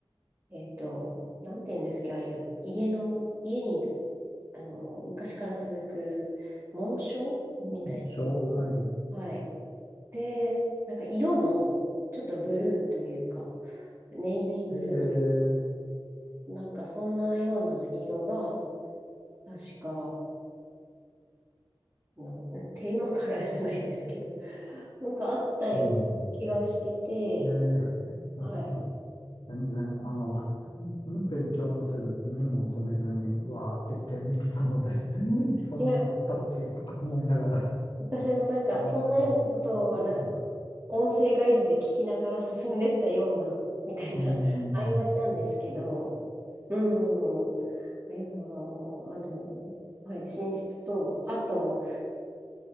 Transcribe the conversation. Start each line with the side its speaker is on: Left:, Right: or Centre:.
Right: えっと、なんて言うんですか、ああいう家の、家に、あの、昔から続く紋章みたい
Left: でしょはい。
Right: な。はい。で、なんか色も、ちょっとブルーというか、ネイビーブル
Left: えー、
Right: ー、なんかそんなような色が、確か、なテーマカラーじゃないですけど、なんかあったような気がしてて、
Left: うん。えー、
Right: はい。
Left: ああ全然、あの、勉強もせず、気にも留めずに、わーって言って見てたので <laughs> そんなんあったっけとか思いながら。
Right: いや、私もなんかそんなようなことをら
Left: うん、ね、う
Right: 音声ガイドで聞きながら進んでったような、みたいな、
Left: ん。
Right: <laughs> 曖昧なんですけど、
Left: うん
Right: うん、えーあの、はい、寝室と、あと、